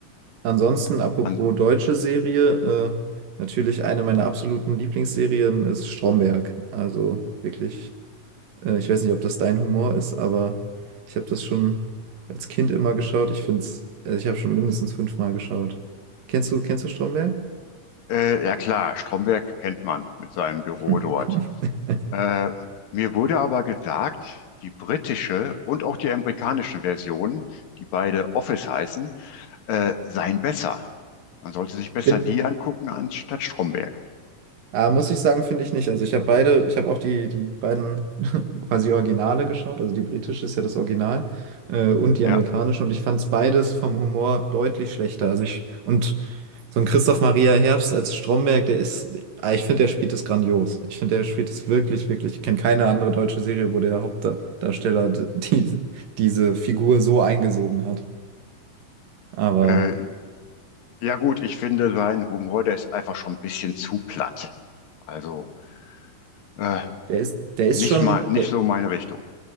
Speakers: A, on the right; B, on the left.
A: ansonsten, apropos
B: An,
A: deutsche Serie, äh, natürlich eine meiner absoluten Lieblingsserien ist Stromberg. Also wirklich Äh, ich weiß nicht, ob das dein Humor ist, aber ich habe das schon als Kind immer geschaut. Ich finde es, also ich habe schon mindestens fünfmal geschaut. Kennst du, kennst du Stromberg?
B: äh, ja klar, Stromberg kennt man mit seinem Büro
A: <laughs>
B: dort. Äh, mir wurde aber gesagt, die britische und auch die amerikanische Version, die beide Office heißen, äh, seien besser. Man sollte sich besser
A: Bin,
B: die angucken anstatt Stromberg.
A: ah, muss ich sagen, finde ich nicht. Also ich habe beide, ich habe auch die, die beiden <laughs> quasi Originale geschaut. Also die britische ist ja das Original äh, und die
B: Ja,
A: amerikanische. Und ich fand es beides vom Humor deutlich schlechter. Also ich, und So ein Christoph Maria Herbst als Stromberg, der ist, ah, ich finde, der spielt das grandios. Ich finde, der spielt das wirklich, wirklich. Ich kenne keine andere deutsche Serie, wo der Hauptdarsteller d- die, diese Figur so eingesogen hat. Aber
B: äh, ja gut, ich finde sein Humor, der ist einfach schon ein bisschen zu platt. Also äh,
A: der ist, der ist
B: nicht
A: schon,
B: mal, nicht
A: der,
B: so meine Richtung.